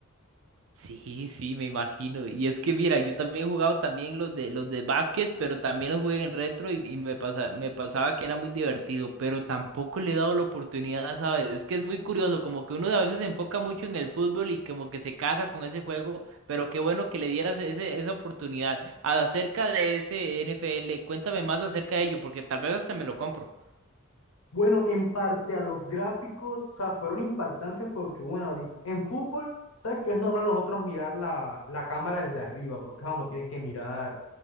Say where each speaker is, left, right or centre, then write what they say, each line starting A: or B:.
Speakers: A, on the right (about 65°); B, on the left (about 75°).
A: Sí, sí, me imagino. Y es que mira, yo también he jugado también los de los de básquet, pero también los jugué en retro y, y me pasa, me pasaba que era muy divertido, pero tampoco le he dado la oportunidad, ¿sabes? Es que es muy curioso, como que uno a veces se enfoca mucho en el fútbol y como que se casa con ese juego, pero qué bueno que le dieras ese, esa oportunidad. Acerca de ese NFL, cuéntame más acerca de ello, porque tal vez hasta me lo compro.
B: Bueno, en parte a los gráficos, o sea, fueron impactantes porque, bueno, di- en fútbol, ¿sabes que es normal nosotros mirar la, la cámara desde arriba? Porque claro, uno tiene que mirar